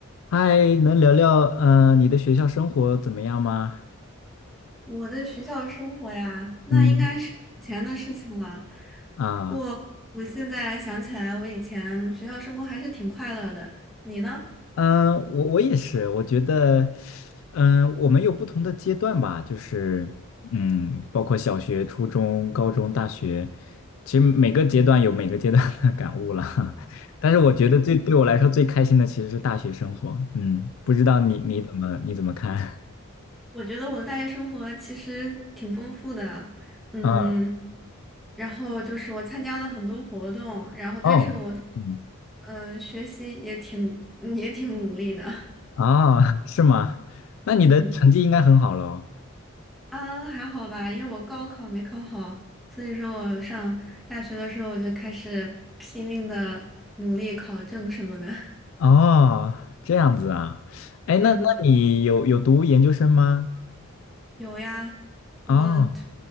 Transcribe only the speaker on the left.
嗨，能聊聊嗯你的学校生活怎么样吗？
嗯啊，
嗯，我我也是，我觉得，嗯，我们有不同的阶段吧，就是嗯，包括小学、初中、高中、大学，其实每个阶段有每个阶段的 <laughs> 感悟了。<laughs> 但是我觉得最对我来说最开心的其实是大学生活。嗯，不知道你你怎么你怎么看？
<laughs> 啊
哦，嗯
啊，是吗？那你的成绩应该很好喽。
哦，这样子啊，哎，
那那你有有读研究生吗？
哦，